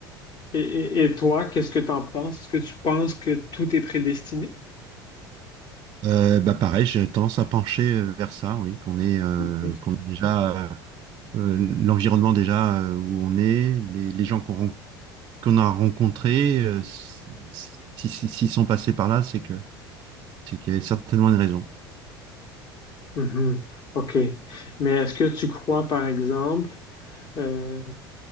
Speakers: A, on the left; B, on the right.
A: Et, et- et toi, qu'est-ce que tu en penses? Est-ce que tu penses que tout est prédestiné?
B: Euh, bah pareil, j'ai tendance à pencher euh, vers ça, oui, qu'on est, euh,
A: Ok.
B: qu'on a déjà euh, l'environnement déjà euh, où on est, les, les gens qu'on rencontre qu'on a rencontrés, euh, s- si- si- s'ils sont passés par là, c'est que c'est qu'il y avait certainement une raison.
A: Mhm. OK. Mais est-ce que tu crois, par exemple, euh,